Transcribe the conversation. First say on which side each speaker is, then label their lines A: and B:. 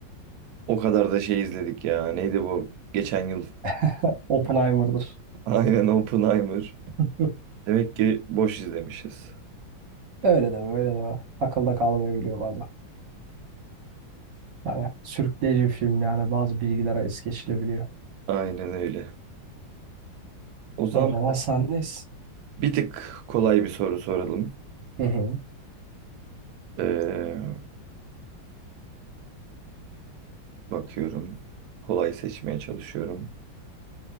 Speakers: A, on the right; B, on the right.
A: O kadar da şey izledik ya. Neydi bu? Geçen yıl.
B: <laughs> Oppenheimer'dır.
A: <laughs> Aynen Oppenheimer.
B: <laughs>
A: Demek ki boş izlemişiz.
B: Öyle deme öyle deme. Akılda kalmayabiliyor bazen. Yani sürükleyici bir film yani bazı bilgilere es geçilebiliyor.
A: Aynen öyle. O zaman
B: O zaman sendeyiz.
A: Bir tık kolay bir soru soralım.
B: Hı hı.
A: Ee, bakıyorum. Kolay seçmeye çalışıyorum.